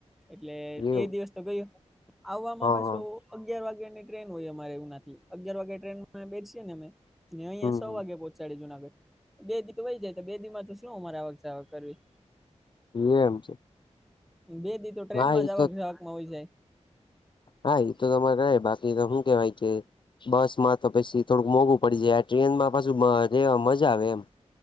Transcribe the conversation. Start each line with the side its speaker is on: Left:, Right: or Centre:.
Centre: એટલે
Left: એવું
Centre: એ દિવસ તો ગયો આવવામાં
Left: હ
Centre: પાછો
Left: હ
Centre: અગિયાર વાગ્યા ની ટ્રેન હોય અમારે ઉનાથી અગિયાર વાગે ટ્રેનમાં બેઠીએ ને અમે ને અહિયાં
Left: હમ
Centre: સો વાગે પોહોચાડે જુનાગઢ બે દીક વહી જાય તો બે દી તો શું અમારે આવક જાવક કરવી.
Left: એ એમ છે.
Centre: બે દી તો ટ્રેન
Left: હા
Centre: માં
Left: એ
Centre: જવાક
Left: તો
Centre: જવાક માં હોય જાય.
Left: હા એ તો તમારે બાકી શું કેવાય કે બસમાં. તો પછી થોડુંક મોંઘું પડી જાય ટ્રેનમાં પાછુ અ રહેવા મજા આવે એમ.